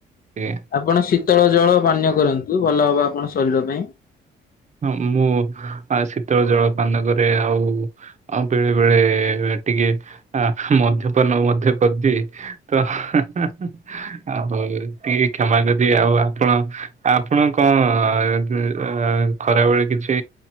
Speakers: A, on the right; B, on the left.
A: ଇଏ।
B: ଆପଣ ଶୀତଳ ଜଳ ପାନୀୟ କରନ୍ତୁ ଭଲ ହବ ଆପଣ ଶରୀର ପାଇଁ।
A: ହଁ ଆ ମୁଁ ଶୀତଳ ଜଳପାନ କରେ ଆଉ। ଆଉ ବେଳେ ବେଳେ ଟିକେ ଆ ମଦ୍ୟପାନ ମଧ୍ୟ କରିଦିଏ। ତ ହା ହା ହା। ଆଉ ହୋଉ ଟିକେ କ୍ଷମା କରିବେ ଆଉ ଆପଣ ଆପଣ କଣ ଆ ଏ ଖରାବେଳେ କିଛି